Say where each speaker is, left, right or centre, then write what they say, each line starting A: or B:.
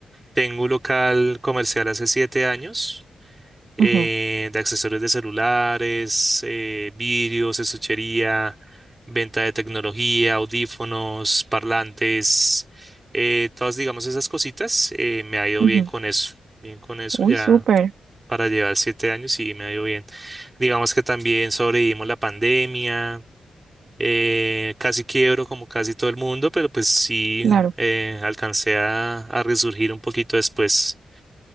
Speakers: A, on the right; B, on the right.
A: tengo un local comercial hace siete años eh,
B: Ujú,
A: de accesorios de celulares, eh, vidrios, estuchería, venta de tecnología, audífonos, parlantes, eh, todas, digamos, esas cositas. eh, me ha ido
B: ujú.
A: bien con eso, bien con eso
B: Uy,
A: ya.
B: súper,
A: para llevar siete años y me ha ido bien. Digamos que también sobrevivimos la pandemia, Eh, casi quiebro como casi todo el mundo, pero pues sí
B: claro,
A: eh, alcancé a, a resurgir un poquito después.